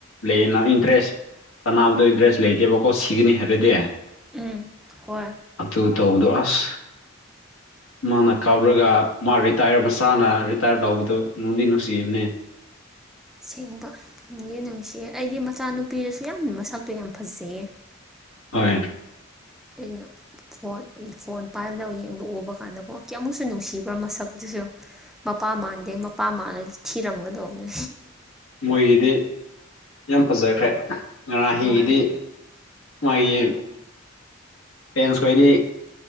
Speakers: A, on the left; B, in the centre.
A: ꯂꯩꯌꯦꯅ ꯏꯟꯇ꯭ꯔꯦꯁ ꯆꯥꯟꯅꯕꯗ ꯏꯟꯇꯔꯦꯁ ꯂꯩꯇꯦꯕꯀꯣ ꯁꯤꯒꯅꯤ ꯍꯥꯏꯔꯗꯤ
B: ꯎꯝ ꯍꯣꯏ
A: ꯑꯗꯨ ꯇꯧꯕꯗꯣ ꯑꯁ ꯃꯥꯅ ꯀꯥꯞꯔꯒ ꯃꯥ ꯔꯤꯇꯥꯌꯔ ꯃꯆꯥꯅ ꯔꯤꯇꯥꯌꯔ ꯂꯧꯕꯗꯨ ꯅꯨꯡꯗꯤ ꯅꯨꯡꯁꯤꯕꯅꯦ
B: ꯁꯦꯡꯕ ꯌꯦ ꯅꯨꯡꯁꯤꯌꯦ ꯑꯩꯗꯤ ꯃꯆꯥꯅꯨꯄꯤꯗꯨꯁꯨ ꯌꯥꯝꯅ ꯃꯁꯛꯇꯣ ꯌꯥꯝ ꯐꯖꯩꯌꯦ
A: ꯍꯣꯏ
B: ꯑꯩꯅ ꯐꯣꯟ ꯐꯣꯟ ꯄꯥꯏꯕꯗ ꯌꯦꯡꯕ ꯎꯕ ꯀꯥꯟꯗꯀꯣ ꯀꯌꯃꯨꯛꯁꯨ ꯅꯨꯡꯁꯤꯕ꯭ꯔꯥ ꯃꯁꯛꯇꯨꯁꯨ ꯃꯄꯥ ꯃꯥꯟꯗꯦ ꯃꯄꯥ ꯃꯥꯜꯂꯗꯣ ꯊꯤꯔꯝꯒꯗꯧꯕꯅꯦ
A: ꯃꯣꯏꯒꯤꯗꯤ ꯌꯥꯝ ꯐꯖꯈ꯭ꯔꯦ ꯉꯔꯥꯡ ꯍꯤꯡꯒꯤꯡꯗꯤ
B: ꯍꯣꯏ
A: ꯃꯣꯏꯒꯤ ꯄꯦꯟꯁ ꯈꯣꯏꯗꯤ